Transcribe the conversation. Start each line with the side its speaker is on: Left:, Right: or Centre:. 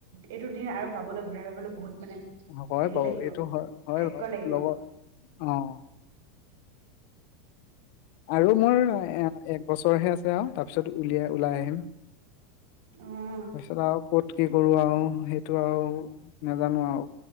Right: এইটো দিন আৰু পাবলৈ ঘূৰাই পাবলৈ বহুত মানে
Left: হয়
Right: হেৰি
Left: বাৰু
Right: লাগিব
Left: এইটো হয়, হয়
Right: ভাগ্য
Left: বাৰু
Right: লাগিব
Left: লগৰ অ', আৰু মোৰ এক বছৰহে আছে আৰু তাৰপিছত উলিয়াই, ওলাই আহিম।
Right: অ উম
Left: তাৰপিছত আৰু ক'ত কি কৰো আৰু, সেইটো আৰু নাজানো আৰু।